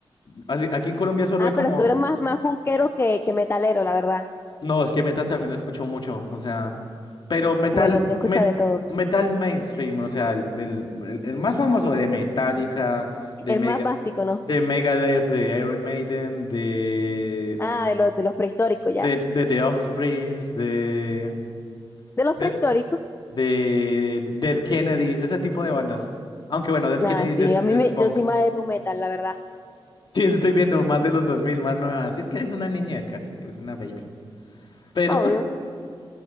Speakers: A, on the left; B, on the left.
A: Así- aquí en Colombia solo
B: Ah,
A: hay como...
B: pero tú eres más, más punkero que, que metalero, la verdad.
A: No, es que metal también lo escucho mucho, o sea, pero metal,
B: Bueno, tú escuchas
A: met-
B: de todo.
A: metal mainstream, o sea, el, el- el- el más famoso de Metallica, de
B: El
A: Mega,
B: más básico, ¿no?
A: de Megadeth, de Iron Maiden, de,
B: Ah, de los, de los prehistóricos,
A: de,
B: ya.
A: de The Offsprings, de,
B: ¿De los
A: de,
B: prehistóricos?
A: de Dead Kennedys, ese tipo de bandas. Aunque bueno, Dead
B: Nada,
A: Kennedys
B: sí,
A: es,
B: a mí
A: es
B: me,
A: punk.
B: yo soy más de nu metal, la verdad.
A: Sí, estoy viendo más de los 2000, más nuevas. Sí, es que eres una niña, Cari, eres una baby. Pero,
B: Obvio.